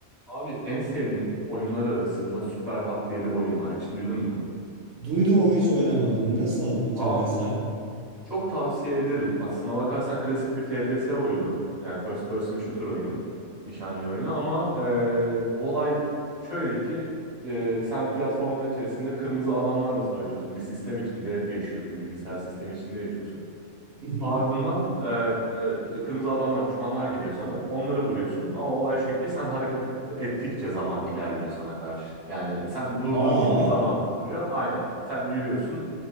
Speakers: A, on the right; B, on the right.
A: Abi en sevdiğim oyunlar arasında Superhot diye bir oyun var. Hiç duydun mu?
B: Duydum ama hiç oynamadım. Nasıl bir
A: Vallahi
B: temaya sahip?
A: çok tavsiye ederim. Aslına bakarsan klasik bir FPS oyunu. Yani first person shooter oyunu. Nişancı oyunu ama e, olay şöyle ki e, sen platformlar içerisinde kırmızı adamlarla savaşıyorsun. Bir sistem içinde yaşıyorsun. Bilgisayar sistemi içinde yaşıyorsun.
B: <laughs>
A: Ardından e, e, kırmızı adamlar, düşmanlar geliyor sana. Onları vuruyorsun ama olay şu ki sen hareket et- ettikçe zaman ilerliyor sana karşı. Yani sen durdun
B: Aa.
A: diyelim zaman da duruyor. Aynen. Sen yürüyorsun